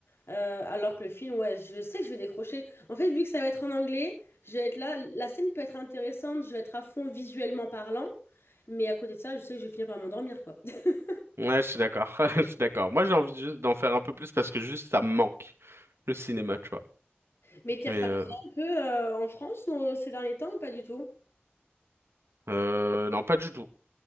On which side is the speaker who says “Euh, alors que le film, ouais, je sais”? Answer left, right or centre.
Left